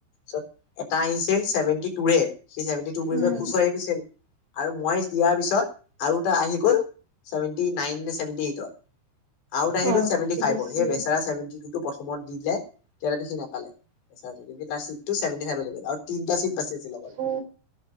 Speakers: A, on the left (about 65°); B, on the right (about 65°).
A: চত এটা আহিছিল চেভেণ্টি টুৰে, সি চেভেণ্টি টু বুলি
B: উম
A: কৈ খুচহৈ আহি গৈছিল। আৰু মইজ দিয়াৰ পিছত আৰু এটা আহি গ'ল। চেভেণ্টি নাইন নে চেভেণ্টি এইটৰ, আৰু এটা আহি
B: অ
A: গ'ল চেভেণ্টি
B: তাতকে
A: ফাইভৰ
B: বেছি
A: সেই বেচেৰাই চেৱেন্তি টুটো প্ৰথ থমত দি দিলে, তেতিয়া টো সি নাপালে। <unintelligible> কি তাৰ চিটটো চেভেণ্টি ফাইভে লৈ গ'ল আৰু তিনিটা চিট বাচি আছিল অকল।
B: অ